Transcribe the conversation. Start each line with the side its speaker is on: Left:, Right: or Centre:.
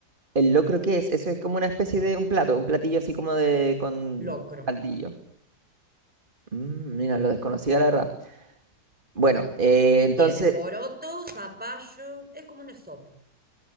Right: ¿El locro qué es? Eso es como una especie de un plato, un platillo así como de con
Centre: Locro.
Right: caldillo. Mm, mira, lo desconocía la verdad. Bueno, eh,
Centre: Y
Right: entonces,
Centre: tiene poroto, zapallo, es como una sopa.